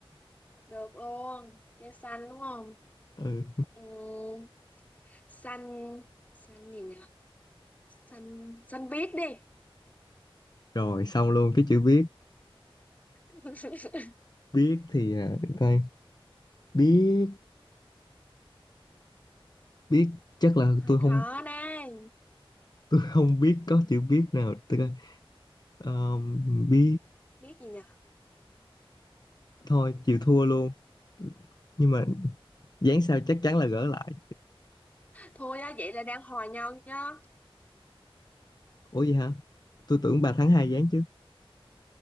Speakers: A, on the left (about 15°); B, on the left (about 45°).
A: được luôn tre xanh đúng không
B: ừ
A: um, xanh xanh gì nhờ xanh xanh biết đi
B: rồi xong luôn cái chữ biết
A: <laughs>
B: biết thì à, để coi biết biết chắc là
A: hơi
B: tôi không
A: khó đây
B: tôi không biết có chữ biết nào tôi coi Ờ, biết
A: biết gì nhờ
B: thôi chịu thua luôn nhưng mà dán sao chắc chắn là gỡ lại
A: thôi á vậy là đang hòa nhau nhá
B: ủa vậy hả tôi tưởng bà thắng hai dán chứ